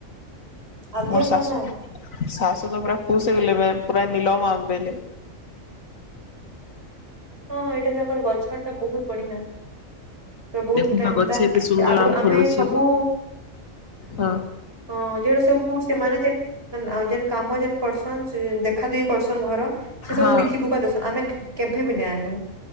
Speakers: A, on the right (about 45°); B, on the left (about 85°).
A: ଆଦିଆ
B: ମୋର ଶାଶ
A: ଖାଇଲା
B: ଶାଶୁ ତ ପୁରା ଖୁସି ହେଇଗଲେ ପୁରା ନିଲ ମା ଆବେେଲେ
A: ହଁ ହଁ ଏଇଟା ସେ ଆମର ଗଛ ଟା ବହୁତ ବଢିଆ ବହୁତ
B: ଦେଖୁନ
A: ପଥାା ହେନ୍ତା
B: ଗଛ ଏତେ ସୁନ୍ଦର
A: ସେ ଆଗରୁ
B: ଆମ୍
A: ଆମେ
B: ଫୁଲୁଛି
A: ସବୁ
B: ହଁ
A: ଅ ଯଟା ସବୁ ସେମାନେ ଯେ ଆଉ ଯେନ୍ କାମ ଯେନ୍ କରସନ୍ ଦେଖା ଦେଇି କରସନ୍ ଘର ସେ ସବୁ
B: ହଁ
A: ବିକି ବିକ ଦସନ ଆମେ କେମ ନ